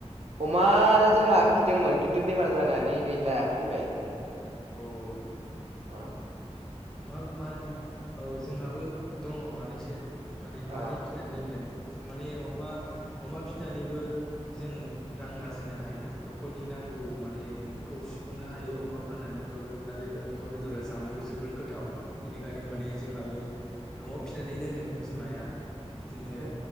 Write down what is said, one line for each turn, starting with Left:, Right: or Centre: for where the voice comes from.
Right: अमा जोंहा फिदोंमोन खिन्थु बेमार जानानै गैला थैबाय।
Centre: अह
Right: औ।
Centre: मा मा औ जोंहाबो दङ मानैसो माने
Right: औ
Centre: मानै फिनानै दोनदों माने अमा अमा फिनानैबो जों रां आरजिनो हायोना न'खरनि नांगौ माने खौ सुफुंनो हायो अमा फाननानैबाबो आरो अमा बेदरा जानोबो जोबोद गोथाव गोथाव बिनिखायनो माने जोंहाबो न'आव फिसिनानै दोनदों बिमाया बिदिनो
Right: औ